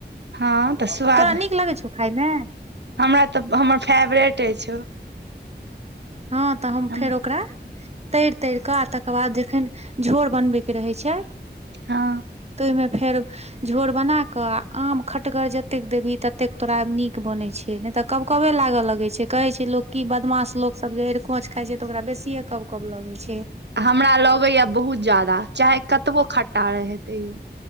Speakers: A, on the right; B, on the right.
A: हँ तऽ स्वाद
B: तोरा नीक लगै छौ खायमे
A: हमरा तऽ हमर फेवरेट अछि ओ।
B: हँ तऽ हम
A: हँ
B: फेर ओकरा तैर तैर के आ तख ओकर बाद जखन झोर बनबैके रहै छै
A: हँ।
B: तै मे फेर झोर बनाकऽ आ आम खटगर जतेक देबही ततेक तोरा नीक बनैत छै। ने तऽ कबकबे लागऽ लगे छै, कहे छै लोक कि बदमाश लोक सब जे एड़कोंच खाई छै तऽ ओकरा बेसिये कबकब लगै छै। छै।
A: हमरा लगैये बहुत ज्यादा चाहे कतबो खट्टा रहे तैयो